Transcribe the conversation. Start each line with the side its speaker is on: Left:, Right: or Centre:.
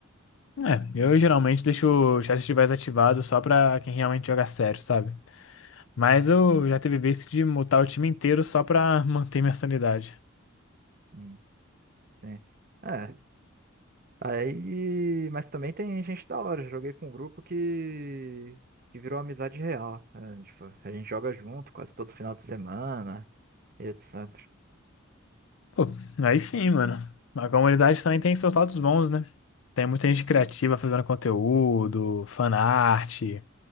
Left: É, eu geralmente deixo o chat de voz ativado só pra quem realmente joga sério, sabe? Mas eu já teve vezes de mutar o time inteiro só pra <laughs> manter minha sanidade.
Right: Sim, sim. É, aí. Mas também tem gente da hora. eu Joguei com um grupo que. que virou amizade real. É, tipo, a gente joga junto quase todo final de semana e etc.
Left: Pô, aí sim, mano. A comunidade também tem seus lados bons, né? Tem muita gente criativa fazendo conteúdo, fanart, o